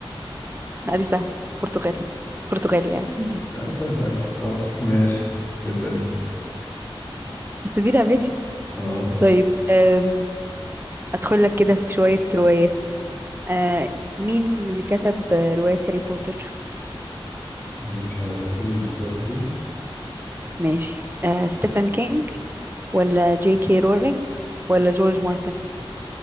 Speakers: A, on the right (about 20°); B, on the left (about 25°).
A: ادي سهل برتغالي برتغالي يعني <laughs>
B: لا سهل ايه خالص ماشي اسأل انت
A: بس دي لعبتي
B: اه
A: طيب أم، أدخل لك كده في شوية روايات أه، مين اللي كتب آه، رواية هاري بوتر؟
B: لا ده مش عارف قول الاختيارات كده
A: ماشي أه، ستيفن كينج ولا جي كي رولينج ولا جورج مارتن؟